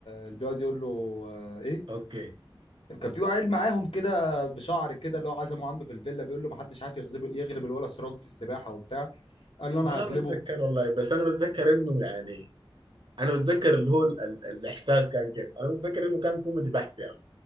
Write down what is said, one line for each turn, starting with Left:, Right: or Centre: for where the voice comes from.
Left: اللي بيقعد يقول له آه، ايه
Right: اوكي
Left: كان في عيل معاهم كده بشعر كده اللي هو عزمه عنده في الفيلا بيقول له ما حدش عارف يغلب يغلب الولا سراج في السباحه وبتاع قال له انا
Right: ما
Left: هغلبه
Right: بتذكر والله بس انا بتذكر انه يعني انا بتذكر اللي هو ال ال الاحساس كان كيف انا بتذكر انه كان كوميدي بحت يعني